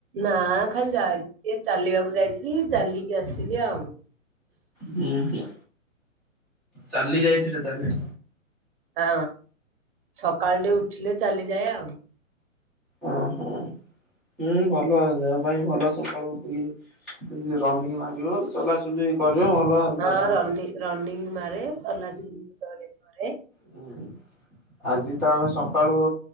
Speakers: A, on the right (about 45°); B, in the centre.
A: ନା, ଖାଲି ଯାଇଥିଲି ଚାଲିବାକୁ, ଯାଇଥିଲି ଚାଲିକି ଆସିଲି ଆଉ।
B: ହୁଁ, ହୁଁ। ଚାଲି ଯାଇଥିଲେ ତାହାଲେ।
A: ହଁ, ସକାଳଟେ ଉଠିଲେ ଚାଲିଯାଏ ଆଉ।
B: ଓ ହୋ! ହୁଁ, ଭଲ ଦେହ ପାଇଁ ଭଲ। ସକାଳୁ ଉିଠିକି ରନିଙ୍ଗ୍ ମାରିବ ଚଲାଚୁଲି କରିବ ଭଲ ଦେହ
A: ହଁ
B: ପାଇଁ
A: ରନି ରନିଙ୍ଗ ମାରେ ତଲାଜ ମରେ
B: ହୁଁ ଆଜି ତ ଆମେ ସକାଳୁ